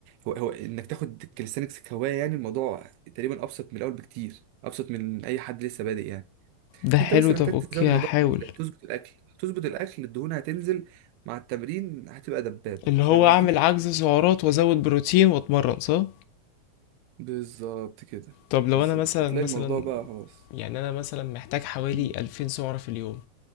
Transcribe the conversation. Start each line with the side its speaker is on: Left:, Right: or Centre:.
Right: هو هو انك تاخد كاليستانكس كهوايه يعني الموضوع تقريبا ابسط من الاول بكتير ابسط من اي حد لسه بادئ يعني
Left: ده حلو
Right: انت بس محتاج
Left: طب اوكي
Right: تزود موضوع
Left: هحاول
Right: ال- تظبط الاكل تظبط الاكل الدهون هتنزل مع التمرين هتبقى دبابه
Left: اللي
Right: فاهم
Left: هو
Right: قصدي
Left: اعمل عجز سعرات وازود بروتين واتمرن صح
Right: بالظبط كده
Left: طب
Right: بالظبط
Left: لو انا مثلا
Right: هتلاقي
Left: مثلا
Right: الموضوع بقى خلاص
Left: يعني انا مثلا محتاج حوالي
Right: مم.
Left: 2000 سعرة في اليوم